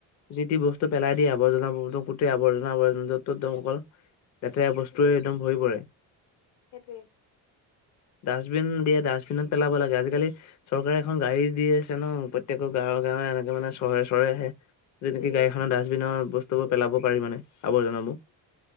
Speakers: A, on the left; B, on the left.
A: যি টি বস্তু পেলাই দিয়ে আৱৰ্জনা গোটেই আৱৰ্জনা <unintelligible> <unintelligible> লেতেৰা বস্তুৰে
B: উম
A: একদম ভৰি পৰে।
B: সেইটোৱে।
A: ডাষ্টবিন দিয়ে ডাষ্টবিনত পেলাব লাগে। আজিকালি চৰকাৰে এখন গাড়ী দিয়ে। ন প্ৰত্যেকৰ গাঁৱে গাঁৱে এনেকে মানে, চহৰে চহৰে আহে। যি নেকি
B: উম
A: গাড়ীখনৰ ডাষ্টবিনৰ বস্তুবোৰ
B: উম
A: পেলাব পাৰি মানে আৱৰ্জনা বোৰ।